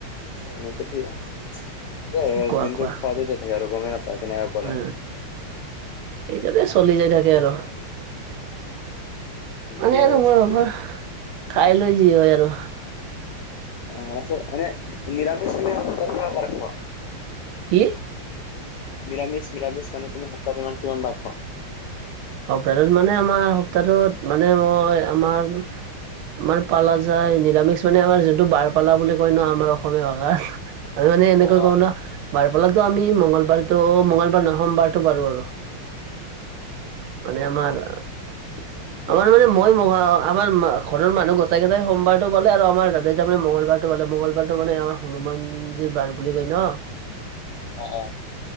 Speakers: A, on the left; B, on the right.
A: ও সেইটোএ
B: কোৱা
A: দিনটো
B: কোৱা
A: খোৱাতে থাকে আৰু গমেই নাপাই কিনেকা
B: অ', এইটোতে চলি যাই থাকে আৰু। মানে
A: ঠিক
B: আৰু
A: অৱস্থা
B: মই অভাৰ
A: ঠিক অৱস্থা
B: খাই লৈ যি হয় আৰু
A: অ', আছে এনে নিৰামি <inaudible>
B: কি?
A: নিৰামিছ মিৰামিছ মানে তুমি সপ্তাহত এনে কিমানবাৰ খোৱা
B: সপ্তাহটোত মানে আমাৰ সপ্তাহটোত মানে মই আমাৰ আমাৰ পালা যায় নিৰামিষ মানে আমাৰ যোনটো বাৰপালা বুলি কয় ন আমাৰ অসমীয়া ভাষাত আমি মানে এনেকৈ
A: অ',
B: কওঁ না বাৰ পালাতো আমি মংগলবাৰতো, অ' মংগলবাৰ নহয় সোমাবাৰতো পাৰো আৰু।
A: <inaudible>
B: মানে আমাৰ
A: <inaudible>
B: আমাৰ মানে মই ম আমাৰ ঘৰৰ মানুহ গোটেই কেটাই সোমাবাৰটো পালে আৰু আমাৰ দাদাই যে আমাৰ মঙংলবাৰটো পালে, মঙ্গলবাৰতটো মানে আমাৰ হনুমান জিৰ বাৰ বুলি কয় ন
A: অ', অ'।